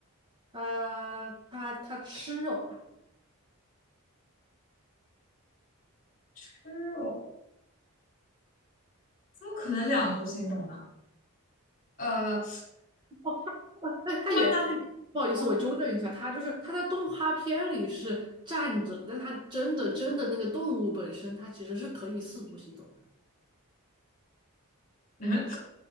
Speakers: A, on the right (about 20°); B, on the left (about 40°).
A: 它它它吃肉，
B: 吃肉，怎么可能两足行走呢？呃，
A: 哦，它哎，
B: <laughs>
A: 它也它也，
B: 我呢？
A: 不好意思，
B: <laughs>
A: 我纠正一下，它就是它在动画片里是站着，但它真的真的那个动物本身，它其实是可以四足行走的。
B: 嗯，